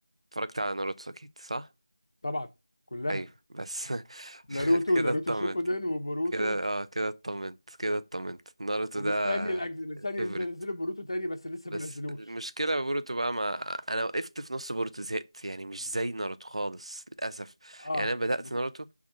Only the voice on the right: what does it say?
اتفرجت على ناروتو اكيد صح
ايوه بس <laughs>
كده
اطمنت
كده اه كده اطمنت كده اطمنت ناروتو
ده
الفيفوريت
بس
المشكلة بوروتو بقى مع انا وقفت في نص بوروتو زهقت يعني مش زي ناروتو خالص للاسف
يعني انا بدأت
ناروتو